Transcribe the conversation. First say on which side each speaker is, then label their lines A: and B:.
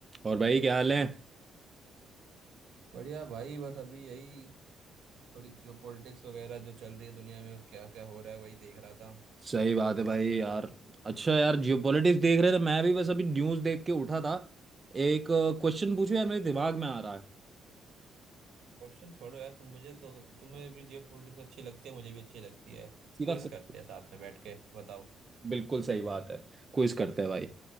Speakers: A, on the right; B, on the right.
A: और भाई क्या हाल है
B: बढ़िया भाई बस अभी यही थोड़ी जियो पॉलिटिक्स वगैरह जो चल रही है दुनिया में क्या क्या हो रहा है वही देख रहा था
A: सही बात है भाई यार अच्छा यार जियोपॉलिटिक्स देख रहे थे मैं भी बस अभी न्यूज़ देख के उठा था एक क्वेश्चन पूछो यार मेरे दिमाग में आ रहा है
B: क्वेश्चन छोड़ो यार तुम मुझे तो तुम्हें भी जियो पॉलिटिक्स अच्छी लगती है मुझे भी अच्छी लगती है
A: सीधा
B: क्विज
A: question।
B: करते हैं साथ में बैठ के बताओ
A: बिल्कुल सही बात है क्विज करते हैं भाई